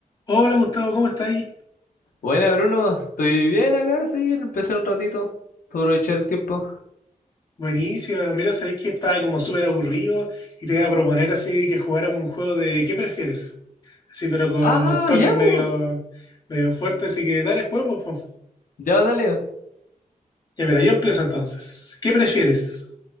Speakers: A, on the left; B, on the left.
A: Hola Gustavo, ¿cómo estáis?
B: Buena, Bruno, estoy bien acá, sí, empecé un ratito para aprovechar el tiempo.
A: Buenísima, mira, sabéis que estaba como súper aburrido y te iba a proponer así que jugáramos un juego de ¿qué prefieres? Así, pero con
B: Ah,
A: unos toques
B: ya,
A: medio,
B: po.
A: medio fuertes, así que dale, juguemos, po.
B: Ya, dale.
A: Ya mira, yo empiezo entonces. ¿Qué prefieres?